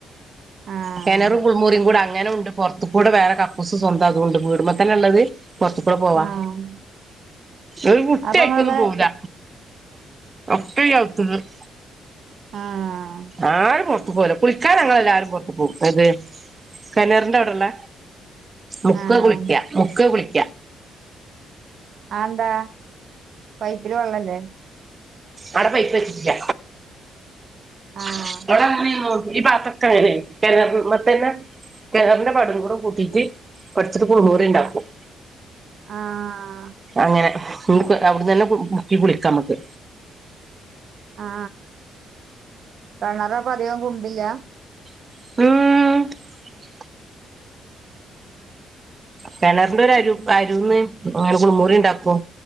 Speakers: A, on the right; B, on the right.
A: ആഹ്
B: കിനറും കുൾമുറിയും കൂടെ അങ്ങനെ ഉണ്ട് പുറത്ത കൂടെ വേറെ കക്കൂസ് സ്വന്തം അതുകൊണ്ട് വീടുമ്പോ തന്നെ ഉള്ളത് പുറത്തകൊട പോവാ
A: ആഹ്
B: ഒരു കുട്ടിയയിക്ക
A: അപ്പൊ ഇങ്ങള്
B: ഒന്നും പോവില്ല അപ്പ ആത്തത് <inaudible>
A: ആഹ
B: ആരും പുറത്തു പോവല്ല കുളിക്കാനങ്ങല്ലആരും പുൊറത്തു പോകും ഏത് കനറിന്റെ അവിടെല്ല മുക്ക
A: ആഹ്
B: കുളിക്ക മുക്ക കുളിക്ക
A: ആന്താ പൈപ്പില് വെള്ളല്ലേ
B: ആട പൈപ്പ് വെച്ചിട്ടില്ല
A: ആഹ്
B: <inaudible> ഈ ഭാഗത്തക്കെ അങ്ങനെയാണ് കിണ മറ്റേയില്ല കിണറിന്റെ പടവും കൂടെ കൂട്ടിട്ട് വെച്ചൊരു കുളിമുറി ഉണ്ടാക്കും
A: ആഹ് ആഹ്
B: അങ്ങനെ നമ്മക്ക് അവിടന്ന് തന്നെ മുക്കി കുളിക്കാം മ്മക്ക്
A: ആ കിണറ് അപ്പോ അതികോം കുണ്ടില്ല
B: മ്മ് കെണറിന്റെ ഒരു അരു അരുന്ന് അങ്ങനെ കുളിമുറി ഉണ്ടാക്കും